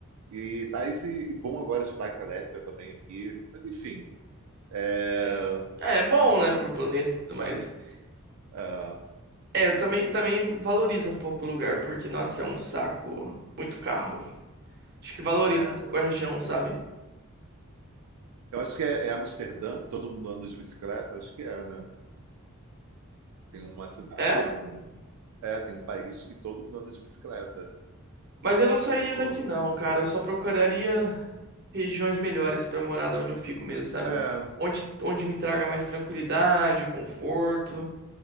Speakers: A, on the right; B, on the right.
A: E tá esse bom agora de bike elétrica também aqui, mas enfim. É,
B: É, é bom, né, pro planeta e tudo mais.
A: é,
B: É, eu também, também valorizo um pouco o lugar, porque, nossa, é um saco muito carro. Acho que valoriza
A: é,
B: um pouco
A: cara.
B: a região, sabe?
A: Eu acho que é, é Amsterdã, que todo mundo anda de bicicleta. Acho que é, né? Tem uma cidade,
B: É?
A: tem um, é, tem um país que todo mundo anda de bicicleta.
B: Mas eu não sairia
A: Tipo,
B: daqui, não, cara. Eu só procuraria regiões melhores pra morar da onde eu fico mesmo, sabe?
A: é.
B: Onde, onde me traga mais tranquilidade, conforto